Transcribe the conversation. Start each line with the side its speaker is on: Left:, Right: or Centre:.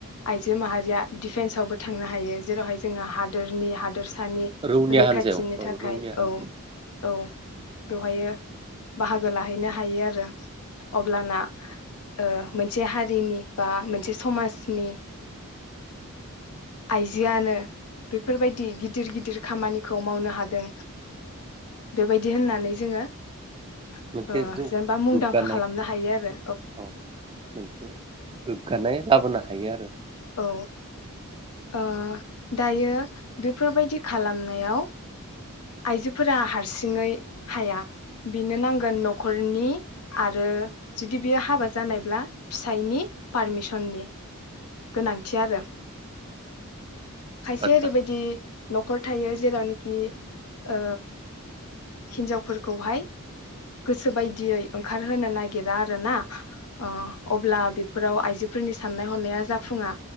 Left: आइजो माहारिया दिडफेन्सआवबो थांनो हायो जेरावहाय जोङो हादोरनि हादोरस सानि
Right: रौनिया
Left: रैखाथिनि
Right: हान्जायाव
Left: थाखाय
Right: औ रौनिया हान्जायाव
Left: औ औ बेवहायो बाहागो लाहैनो हायो आरो। <inaudible> अब्लाना ओ मोनसे हारिनि बा मोनसे समाजनि आइजोआनो बेफोरबायदि गिदिर गिदिर खामानिखौ मावनो हादों बेबायदि होननानै जोङो ओ
Right: मोनसे जौ
Left: जेनेबा मुंदांखा
Right: दुग्गानाय
Left: खालामनो हायो आरो
Right: औ मोनसे गोग्गानाय लाबोना हायो आरो।
Left: औ ओ दायो बेफोरबायदि खालामनो नायाव आइजोफोरा हारसिङै हाया बेनो नांगोन न'खरनि आरो जुदि बेयो हाबा जानायब्ला फिसायनि पारमिसननि गोनांथि आरो। खायसे
Right: आदसा
Left: ओरैबायदि न'खर थायो जेरावनोखि ओ हिन्जावफोरखौहाय गोसो बायदियै ओंखारहोनो नागिरा आरोना ओ अब्ला बेफोराव आइजोफोरनि साननाय हनाया जा फुङा